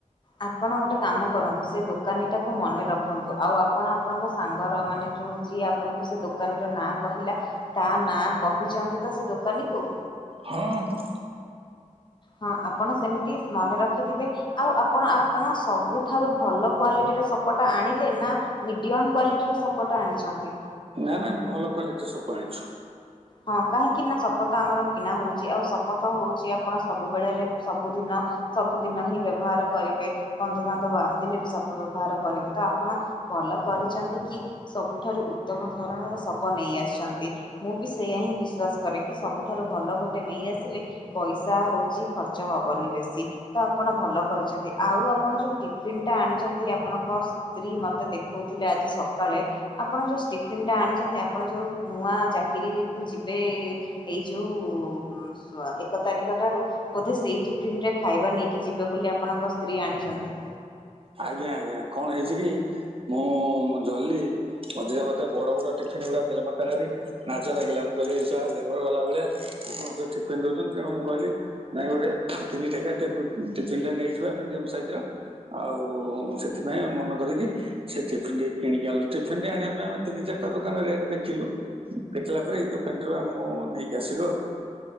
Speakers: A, on the left; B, on the right.
A: ଆପଣ ଗୋଟେ କାମ କରନ୍ତୁ ସେ ଦୋକାନୀ ଟାକୁ ମନେ ରଖନ୍ତୁ ଆଉ ଆପଣ ଆପଣଙ୍କ ସାଙ୍ଗର ମାନେ ଯୋଉ ଯିଏ ଆପଣଙ୍କୁ ସେ ଦୋକାନୀର ନାଁ କହିଲା ତା ନାଁ କହିଚନ୍ତି ତ ସେ ଦୋକାନୀ କୁ?
B: ହଁ ହଁ
A: ହଁ ଆପଣ ସେମିତି ମନେ ରଖିଥିବେ ଆଉ ଆପଣ ଆପଣ ସବୁଠାରୁ ଭଲ କ୍ଵାଲିଟିର ସପଟା ଆଣିଲେ ନା ମିଡିୟମ କ୍ଵାଲିଟିର ସପଟା ଆଣିଚନ୍ତି?
B: ନା ନା ଭଲ କ୍ୱାଲିଟିରେ ସପ ଆଣିଚୁ।
A: ହଁ କାହିଁକି ନା ଶପଥ ଆମର କିଣା ହଉ ଚି ଆଉ ଶପଥ ହଉଚି ଆପଣ ସବୁବେଳେରେ ସବୁଦିନ ସବୁଦିନ ହିଁ ବ୍ୟବହାର କରିବେ ବନ୍ଧୁବାନ୍ଧବ ଆସିଲେ ବି ସବୁ ବ୍ୟବହାର କରିବେ ତ ଆପଣ ଭଲ କରିଛନ୍ତି କି ସବୁଠାରୁ ଉତ୍ତମ ଧରଣର ସପ ନେଇ ଆସିଛନ୍ତି ମୁଁ ବି ବିଶ୍ଵାସ କରେ କି ସବୁଠାରୁ ଭଲ ଗୋଟେ ନେଇ ଆସିଲେ ପଇସା ହଉଚି ଖର୍ଚ୍ଚ ହବନି ବେଶୀ ତ ଆପଣ ଭଲ କରିଛନ୍ତି ଆଉ ଆପଣ ଯୋଉ ଟି ତିନିଟା ଆଣିଛନ୍ତି ଆପଣଙ୍କ ସ୍ତ୍ରୀ ମୋତେ ଦେଖଉଥିଲେ ଆଜି ସକାଳେ ଆପଣ ଯୋଉ ଷ୍ଟିଫିନ୍ଟା ଆଣିଛନ୍ତି ଆପଣ ଯୋଉ ନୂଆ ଚାକିରି କୁ ଯିବେ ଏଇ ଯୋଉ ଏକ ତାରିଖ ଠାରୁ ବୋଧେ ସେଇ ଟିଫିନ୍ରେ ଖାଇବା ନେଇକି ଯିବେ ବୋଲି ଆପଣଙ୍କ ସ୍ତ୍ରୀ ଆଣିଛନ୍ତି।
B: ଆଜ୍ଞା ଆଜ୍ଞା କଣ ହେଇଚି କି? ମୁଁ ଜଲ୍ଲି ମଝିରେ ମତେ ବଡ ବଡ ଟିଫିନ ଗୁଡା ଦେଲେ ମତେ ଭାରି ନାଜ ନାଗିଲା ମୁଁ କହିଲି ଏସଳା ଲେବର ବାଲା ଭଳିଆ ଠିଫିନ୍ ଦଉଛନ୍ତି ତେଣୁ ମୁଁ କହିଲି ନାଇଁ ଗୋଟ ତିନିଥାକିଆ ଟେବୁ ଟିଫିନ୍ ଟେ ନେଇଯିବା ମିଡିୟମ ସାଇଜର ଆଉ ସେଥିପାଇଁ ମନ କରିକି ସେ ଟିଫିନ କିଣିକି ଆଣିଲୁ ଟିଫିନ୍ ଟି ଆଣିବା ପାଇଁ ଆମେ ତିନି ଚାରିଟା ଦୋକାନ ରେଟ୍ ଦେଖିଲୁ। ଦେଖିଲା ପରେ ଏଇ ଦୋକାନଟିରୁ ଆମୁ ନେଇକି ଆସିଲୁ ଆଉ।